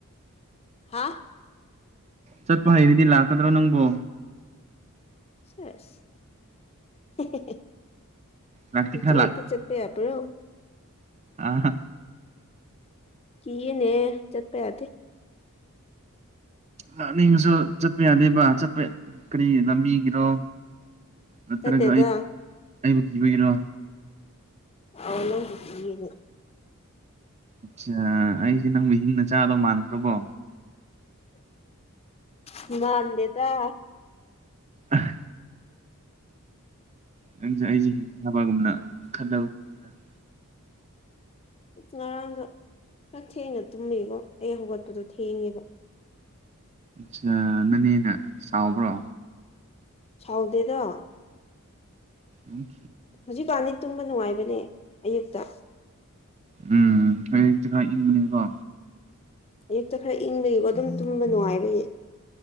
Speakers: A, on the left (about 25°); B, on the right (about 30°).
A: ꯍꯥꯥ
B: ꯆꯠꯄ ꯍꯩꯔꯗꯤ ꯂꯥꯛꯀꯗ꯭ꯔꯣ ꯅꯪꯕꯣ
A: ꯁꯦꯁ ꯍꯦꯍꯦꯍꯦ
B: ꯂꯥꯛꯇꯤ
A: ꯄꯨꯡꯆꯠꯇ
B: ꯈꯔ ꯂꯥꯛ
A: ꯆꯠꯄ ꯌꯥꯕ꯭ꯔꯣ
B: ꯑꯥ
A: ꯀꯤꯌꯦꯅꯦ ꯆꯠꯄ ꯌꯥꯗꯦ
B: ꯂꯥꯛꯅꯤꯡꯉꯁꯨ ꯆꯠꯄ ꯌꯥꯗꯦꯕ ꯆꯠꯄ ꯀꯔꯤ ꯂꯝꯕꯤꯒꯤꯔꯣ ꯅꯠꯇ꯭ꯔꯒ
A: ꯆꯠꯇꯦꯗ
B: ꯑꯩ ꯑꯩꯕꯨ ꯀꯤꯕꯒꯤꯔꯣ
A: ꯑꯧ ꯅꯪꯕꯨ ꯀꯤꯌꯦꯅꯦ
B: ꯑꯆꯥ ꯑꯩꯁꯦ ꯅꯪꯕꯨ ꯍꯤꯡꯅ ꯆꯥꯗꯧꯕ ꯃꯥꯟꯅꯈ꯭ꯔꯕꯣ
A: <unintelligible> ꯃꯥꯥꯟꯗꯦꯗꯥ
B: ꯑꯥ ꯅꯪꯖꯦ ꯑꯩꯖꯦ ꯍꯤꯡꯅꯕꯒꯨꯝꯕꯅ ꯈꯟꯂꯕ <unintelligible>
A: ꯉꯔꯥꯡꯗꯣ ꯈ꯭ꯔ ꯊꯦꯡꯅ ꯇꯨꯝꯃꯩꯀꯣ ꯑꯩ ꯍꯧꯒꯠꯄꯗꯣ ꯊꯦꯡꯉꯦꯕ
B: ꯁꯥ ꯅꯅꯦꯅ ꯁꯥꯎꯕ꯭ꯔꯣ
A: ꯁꯥꯎꯗꯦꯗ
B: ꯎꯝ
A: ꯍꯧꯖꯤꯛꯀꯥꯟꯗꯤ ꯇꯨꯝꯕ ꯅꯨꯡꯉꯥꯏꯕꯅꯦ ꯑꯌꯨꯛꯇ
B: ꯎꯝ ꯑꯌꯨꯛꯇ ꯈ꯭ꯔ ꯏꯪꯕꯅꯦꯀꯣ
A: ꯑꯌꯨꯛꯇ ꯈꯔ ꯏꯪꯕꯒꯤꯀꯣ ꯑꯗꯨꯝ ꯇꯨꯝꯕ ꯅꯨꯡꯉꯥꯏꯕꯒꯤ